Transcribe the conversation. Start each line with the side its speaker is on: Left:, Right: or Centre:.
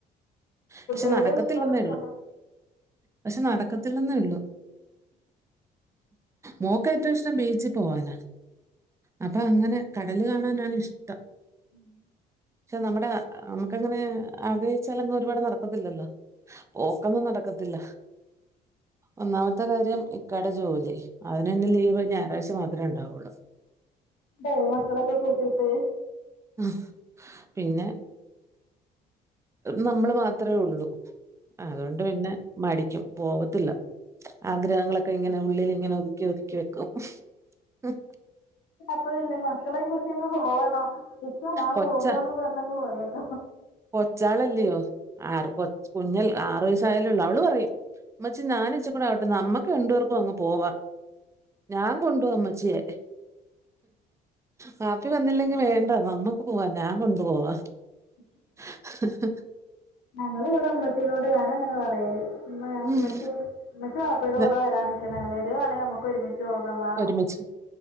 Right: പക്ഷെ
Left: എവിടെയാ
Right: നടക്കത്തില്ലെന്നേ
Left: ഇഷ്ടമുള്ള സ്ഥലം
Right: ള്ളു പക്ഷെ നടക്കത്തില്ലന്നോള്ളു. മോക്ക് ഏറ്റവും ഇഷ്ടം ബീച്ചിൽ പോവാനാ അപ്പൊ അങ്ങനെ കടല് കാണാനാണ് ഇഷ്ടം.
Left: ഉം
Right: പക്ഷെ നമ്മുടെ നമുക്ക് അങ്ങനെ ആഗ്രഹിച്ചാല് അങ്ങ് ഒരുപാട് നടക്കത്തില്ലല്ലോ? പോക്കന്നും നടക്കത്തില്ല ഒന്നാമത്തെ കാര്യം ഇക്കടെ ജോലി. അതിന് തന്നെ ലീവ് ഞായറഴ്ച മാത്രേ ഉണ്ടാവുള്ളൂ.
Left: പോവ മക്കളൊക്കെ കൂട്ടീട്ട്.
Right: ആ പിന്നെ നമ്മൾ മാത്രമേ ഉള്ളൂ അതുകൊണ്ട് പിന്നെ മടിക്കും. പോവത്തില്ല ആഗ്രഹങ്ങളൊക്കെ ഇങ്ങനെ ഉള്ളിൽ ഇങ്ങനെ ഒതുക്കി ഒതുക്കി വെക്കും. ഉം.
Left: പ്പല്ലേ മക്കളും കുട്ടി അങ്ങ് പോകണം ഇപ്പ ഞാൻ
Right: കൊച്ച
Left: പോക പറഞ്ഞങ് പോയേക.
Right: കൊച്ചാളല്ലയോ ആറ് കൊ കുഞ്ഞല്ലേ ആറു വയസ്സയോള് അവള് പറയും മ്മച്ചി ഞാനൻെച്ച കൂടെ ആവട്ടെ നമ്മക്ക് രണ്ടോർക്കും അങ്ങ് പോവാ ഞാൻ കൊണ്ടോവമ്മച്ചിയെ. വാപ്പി വന്നില്ലെങ്കി വേണ്ട നമ്മുക്ക് പോവാ ഞാൻ കൊണ്ടു പോവാ.
Left: <inaudible>
Right: <inaudible>
Left: ഞങ്ങ ഇവിടെ ഉമ്മച്ചീനോട് ഞാനൻ അങ്ങനെ പറയാല് ഇമ്മാ
Right: ഉം.
Left: ഉമ്മച്ചി. മ്മച്ചി വാപ്പീടെ
Right: ന-
Left: കൂടെ വരാന നിക്കണേ വരുകവാണെങ്കിൽ നമുക്ക് ഒരുമിച്ച് പോകാ വാ
Right: ഒരുമിച്ച്